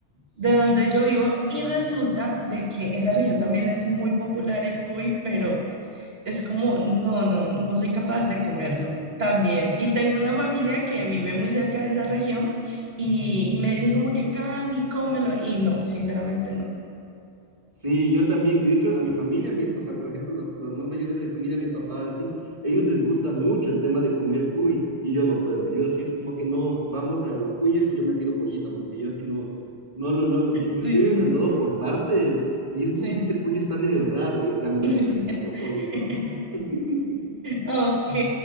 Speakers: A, on the right; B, on the right.
A: de donde yo vivo, y resulta de que esa región también es muy popular el cuy, pero es como, no, no, no soy capaz de comerlo también. Y tengo una familia que vive muy cerca de esa región y, y me dicen como que, Cami, cómelo, y no, sinceramente no.
B: sí, yo también. Y de hecho, a mi familia mismo, o sea, por ejemplo, los, los más mayores de mi familia, mis papás, así, ellos les gusta mucho el tema de comer cuy, y yo no puedo. Yo sí es como que no, vamos a los cuyes y yo me pido pollito, porque yo sí no, no lo logro. Inclusive
A: Sí,
B: me han dado por partes, y es
A: sí.
B: como que este pollo está medio raro, y ya
A: <laughs>
B: me doy
A: <laughs>
B: cuenta que no ha sido pollo, entonces no. <laughs>
A: Ok,